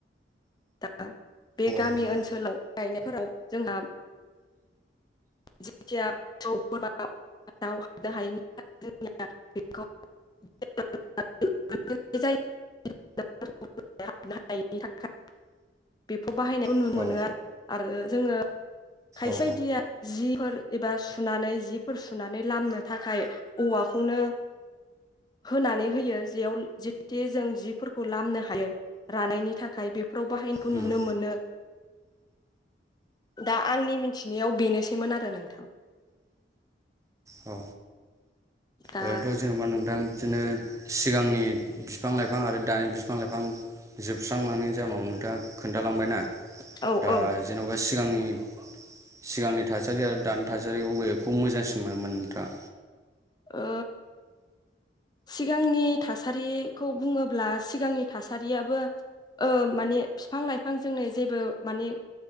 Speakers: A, on the left; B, on the right.
A: दाखा बे गामि
B: नोंथां
A: ओनसोलाव गायनायफोराव जोंहा <unintelligible> <unintelligible> <unintelligible> नुनो
B: औ
A: मोनोआरो
B: औ
A: आरो जोङो खायसेदिया
B: औ
A: जिफोर एबा सुनानै जिफोर सुनानै लामनो थाखाय औवाखौनो होनानै होयो जेयाव जेते जों जिफोरखौ लामनो हायो रानायनि थाखाय बेफोराव बाहायनायखौ
B: उम
A: नुनो मोनो दा आंनि मिथिनायाव बेनोसैमोन आरो नोंथां
B: औ
A: दा
B: ओरैनोथ' जेन'बा नोंथां बिदिनो सिगांनि बिफां लाइफां आरो दानि बिफां लाइफां जोबस्रांलांनायनि जाहोनाव नोंथाङा खोन्थालांबायना
A: औ
B: दा
A: औ
B: जेन'बा सिगांनि सिगांनि थासारि आरो दानि थासारि अबेखौ मोजांसिन मोनोमोन नोंथाङा
A: ओ सिगांनि थासारिखौ बुङोब्ला सिगांनि थासारियाबो माने बिफां लाइफां जोंनो जेबो माने